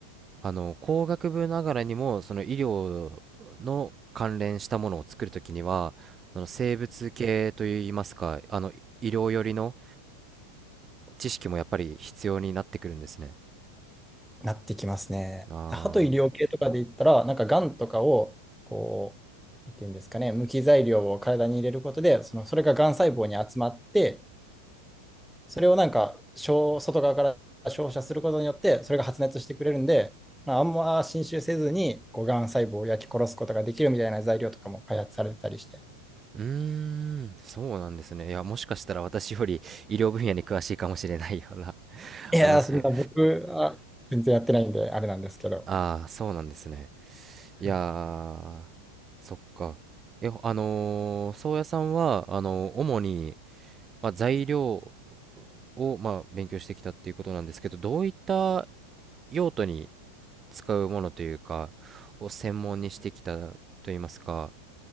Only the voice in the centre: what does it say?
なってきますね。
歯と医療系とかで言ったら、なんかがんとかを、こう、なんていうんですかね、無機材料を体に入れることで、その、それががん細胞に集まって、それをなんか、小外側から照射することによって、それが発熱してくれるんで、まあ、あんま侵襲せずに、こう、がん細胞を焼き殺すことができるみたいな材料とかも開発されてたりして。
いやー、
そんな僕は全然やってないんで、あれなんですけど。
はい